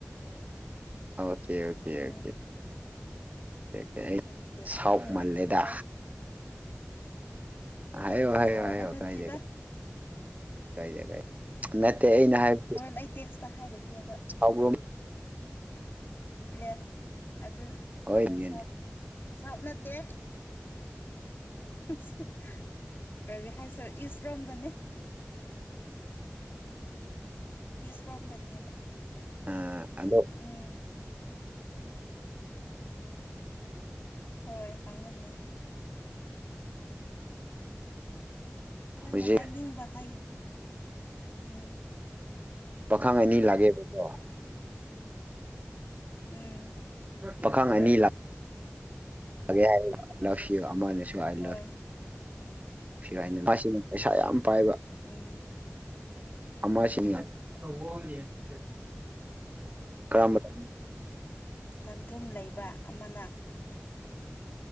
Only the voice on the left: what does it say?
ꯎꯝ
ꯑꯩ ꯇꯦꯛꯁꯇ
ꯍꯥꯏꯔꯛꯀꯦꯀꯣ
ꯁꯥꯎꯕ
ꯅꯠꯇ‌ꯦꯗꯥ
ꯍꯣꯟ ꯑꯩ ꯇꯦꯛꯁꯇ ꯍꯥꯏꯔꯛꯀꯦꯕ
ꯑꯦꯍ ꯑꯗꯨ
ꯎꯝ ꯁꯥꯎ__ ꯁꯥꯎꯠ ꯅꯠꯇꯦ <unintelligible> ꯀꯔꯤ ꯍꯥꯏꯁꯤꯔꯥ ꯏꯁ ꯔꯣꯝꯗꯅꯦ ꯏꯁ ꯔꯣꯝꯗꯅꯦꯕ
ꯎꯝ ꯍꯣꯏ ꯍꯪꯉꯨꯅ‌ꯦ ꯅꯪꯅ
ꯍꯥꯏ ꯅꯤꯡꯕ ꯍꯥꯏꯌꯣ ꯎꯝ
ꯎꯝ
ꯍꯣꯏ
ꯍꯣꯏ
ꯎꯝ
ꯎꯝ
ꯂꯟꯊꯨꯝ ꯂꯩꯕ ꯑꯃꯅ